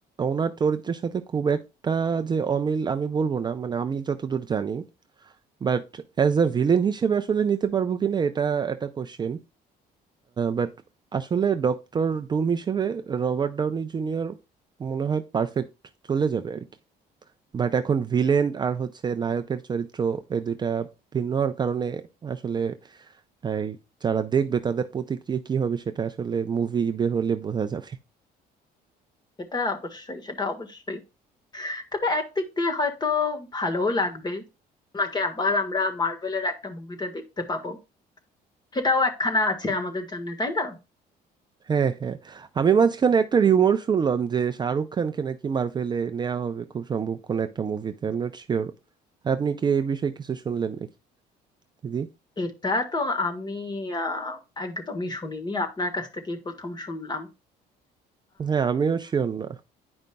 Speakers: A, on the right (about 25°); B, on the left (about 25°).
A: ওনার চরিত্রের সাথে খুব একটা যে অমিল আমি বলবো না মানে আমি যতদূর জানি বাট অ্যাজ আ ভিলেন হিসেবে আসলে নিতে পারবো কিনা এটা একটা কোশ্চেন বাট আসলে ডক্টর ডুম হিসেবে রবার্ট ডাউনি জুনিয়র মনে হয় পারফেক্ট চলে যাবে আর কি বাট এখন ভিলেন আর হচ্ছে নায়কের চরিত্র এই দুইটা ভিন্ন হওয়ার কারণে আসলে এই যারা দেখবে তাদের প্রতিক্রিয়া কি হবে সেটা আসলে মুভি বের হলে বোঝা যাবে
B: এটা অবশ্যই সেটা অবশ্যই তবে একদিক দিয়ে হয়তো ভালোও লাগবে ওনাকে আবার আমরা মার্ভেলের একটা মুভিতে দেখতে পাবো সেটাও একখানা আছে আমাদের জন্য তাই না
A: হ্যাঁ হ্যাঁ আমি মাঝখানে একটা রিউমার শুনলাম যে শাহরুখ খানকে নাকি মার্ভেলে নেওয়া হবে খুব সম্ভব কোনো একটা মুভিতে I am not sure আপনি কি এই বিষয়ে কিছু শুনলেন নাকি দিদি
B: এটা তো আমি আহ, একদমই শুনিনি আপনার কাছ থেকেই প্রথম শুনলাম
A: হ্যাঁ আমিও শিওর না